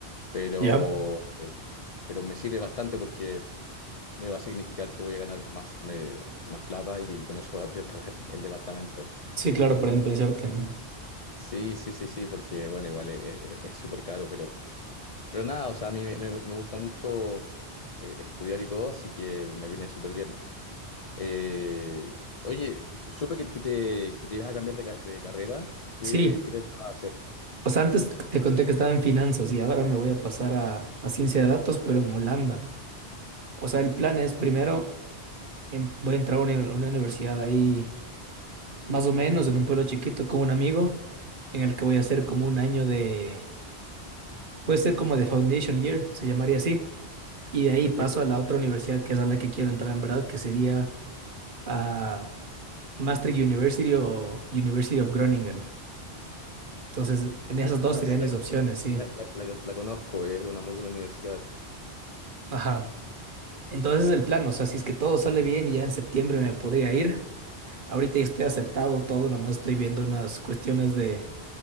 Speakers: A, on the left (about 50°); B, on the right (about 55°).
A: pero,
B: Ya.
A: pero me sirve bastante porque me va a significar que voy a ganar más, me- más plata y, que con eso voy a poder <laughs> pagar el departamento.
B: Sí, claro,
A: Porque,
B: para independizarte.
A: sí, sí, sí, sí, porque, bueno, igual es es- es súper caro, pero, pero nada, o sea, a mí me, me- me gusta mucho eh, estudiar y todo, así que me viene súper bien. Eh, oye, su- supe que, que te, que te ibas a cambiar de, ca- de carrera. ¿Qué,
B: Sí,
A: qué pensabas hacer?
B: O sea, antes te conté que estaba en finanzas y ahora me voy a pasar a, a ciencia de datos, pero en Holanda. O sea, el plan es primero, en- voy a entrar a una, a una universidad ahí, más o menos, en un pueblo chiquito con un amigo, en el que voy a hacer como un año de, puede ser como de Foundation Year, se llamaría así. Y de ahí
A: Perfecto,
B: paso
A: perfecto.
B: a la otra universidad que es a la que quiero entrar en verdad, que sería a Maastricht University o University of Groningen. Entonces, en esas dos
A: Ah,
B: serían
A: sí,
B: mis
A: la,
B: opciones, sí.
A: la- la- la- la conozco, es una muy buena universidad. esa.
B: Ajá. Entonces es el plan, o sea, si es que todo sale bien, ya en septiembre me podría ir. Ahorita ya estoy aceptado todo, nomás estoy viendo unas cuestiones de,